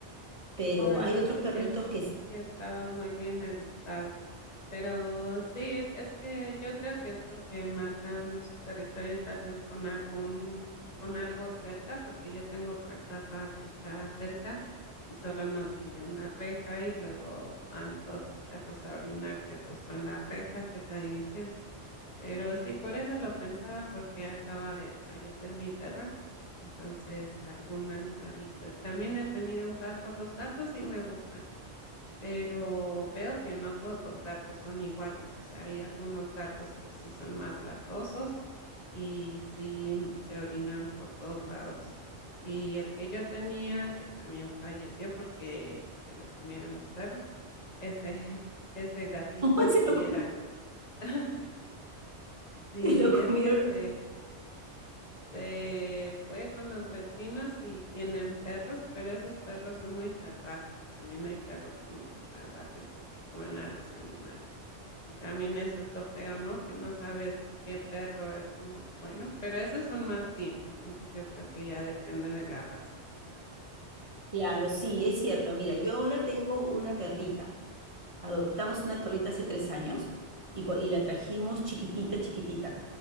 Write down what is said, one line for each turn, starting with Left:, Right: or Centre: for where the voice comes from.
Right: Pero
Left: Oh, entonces
Right: hay otros perritos
Left: sí es,
Right: que sí,
Left: sí estaba muy bien educado. Pero sí, es que yo creo que es porque marcan su territorio tal vez con algún, con algo cerca, porque yo tengo otra casa que está cerca y solo nos divide una reja y luego van todos los perros a orinarse justo en la reja, que es la división. Pero sí, por eso lo pensaba, porque acaba de fallecer mi perra. Entonces, algún animalito. También he tenido un gato. Los gatos sí me gustan, pero veo que no todos los gatos son iguales. O sea, hay algunos gatos que sí son más latosos y sí mm, se orinan por todos lados. Y el que yo tenía, que también falleció porque se lo comieron los perros, ese, <laughs> ese gatito
Right: <laughs> se
Left: sí
Right: lo,
Left: era. <laughs> Sí,
Right: se lo comieron
Left: es que se, Se fue con los vecinos y tienen perros, pero esos perros son muy salvajes. También hay perros como salvajes que se comen a los animales. Y también eso es lo feo, ¿no? Que no sabes qué perro es como bueno, pero ese es un mastín, entonces yo creo que ya depende de la raza.
Right: Claro, sí, es cierto. Mira, yo ahora tengo una perrita. Adoptamos una perrita hace tres años y, cua- y la trajimos chiquitita, chiquitita.